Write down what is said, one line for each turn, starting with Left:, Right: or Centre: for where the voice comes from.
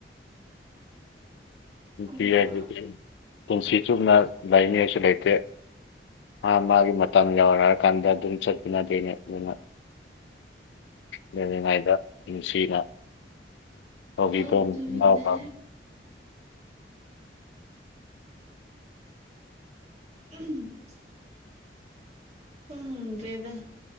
Left: ꯅꯨꯄꯤ
Right: ꯑꯃ
Left: ꯍꯥꯏꯕꯗꯤ ꯄꯨꯟꯁꯤ ꯆꯨꯞꯅ ꯂꯥꯏꯅꯤꯡ ꯍꯥꯏꯁꯨ ꯂꯩꯇꯦ ꯃꯥ ꯃꯥꯒꯤ ꯃꯇꯝ ꯌꯧꯔꯦ ꯍꯥꯏꯔꯀꯥꯟꯗ ꯑꯗꯨꯝ ꯆꯠꯃꯤꯟꯅꯗꯣꯏꯅꯦ ꯑꯗꯨꯅ ꯂꯩꯔꯤꯉꯩꯗ ꯅꯨꯡꯁꯤꯅ ꯇꯧꯕꯤꯕ
Right: ꯑꯗꯨꯅ
Left: ꯏꯅꯥꯎꯄꯥ
Right: ꯎꯝ ꯎꯗꯦꯗ